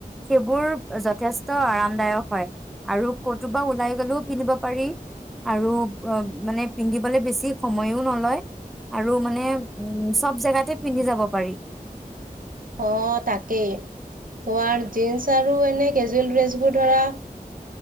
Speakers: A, in the centre; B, on the right (about 60°).
A: সেইবোৰ যথেষ্ট আৰামদায়ক হয়। আৰু কতোবা ওলাই গলেও পিন্ধিব পাৰি আৰু অ মানে পিন্ধিবলৈ বেছি সময়ো নলয় আৰু মানে উম চব জেগাতে পিন্ধি যাব পাৰি।
B: অ তাকেই তোমাৰ জীন্স আৰু এনে কেজুৱেল ড্ৰেছবোৰ ধৰা